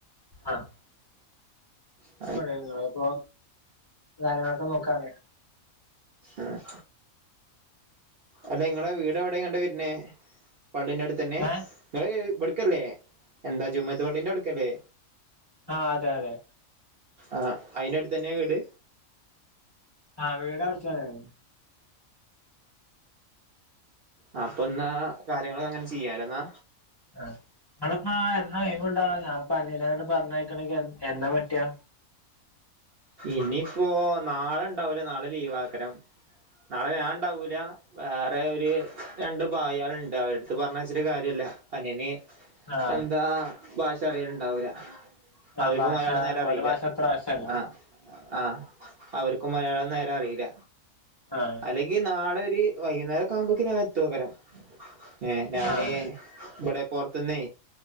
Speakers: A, on the left (about 20°); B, on the right (about 50°).
A: ആഹ്
B: ആഹ്
A: <unintelligible> അപ്പൊ കാര്യങ്ങളൊക്കെ നോക്കാനേ
B: ആഹ് അല്ല ഇങ്ങളെ വീട് എവടെങ്ങട്ട് വര് നേ പള്ളിന്റെ അടുത്ത് തന്നെ
A: ഏഹ്
B: ഇങ്ങള് ഇബട്ക്കല്ലേ എന്താ ജുമുഅത്ത് പള്ളിന്റെ ആഉട്ക്കല്ലേ
A: ആഹ് അതെ അതെ
B: ആഹ് അയിന്റെ അട്ത്തന്നേ വീട്
A: ആഹ് വീട് അവിട്തന്നെണ്
B: അഹ അപ്പൊന്നാ കാര്യങ്ങളൊക്കെ അങ്ങനെ ചെയ്യാലെ ഇന്നാ
A: ആഹ് ഇങ്ങള്പ്പാ എന്നാ ഒഴിവ്ണ്ടാവാ ഞാപ്പം അനില അങ്ങട്ട് പറഞ്ഞയക്കണെങ്കി എന്നാ പറ്റാ
B: ഇനിയിപ്പോ നാളെ ഇണ്ടാവൂല നാളെ ലീവാക്കാരം നാളെ ഞാഇണ്ടാവൂല വേറെ ഒരു രണ്ട് ബായളുണ്ട് അവരടുത്ത് പറഞ്ഞയച്ചിട്ട് കാര്യല്ല അനിയന്
A: ആഹ്
B: എന്താ ഭാഷ അറിയല്ണ്ടാവൂല്ല
A: ആഹ്
B: അവർക്കും
A: ഭാഷ
B: മലയാളം നേരെ അറീല്ല
A: ഓലെ ഭാഷ അത്ര വശല്ല
B: ആഹ് ആഹ് അവർക്കും മലയാളം നേരെ അറീല്ല
A: ആഹ്
B: അല്ലെങ്കി നാളൊര് വൈകുന്നേരൊക്കെ ആകുമ്പോക്ക് ഞാ എത് ത്തു കാരം ഏ ഞാന്
A: ആഹ്
B: ഇബടെ പൊർത്ത്ന്നേ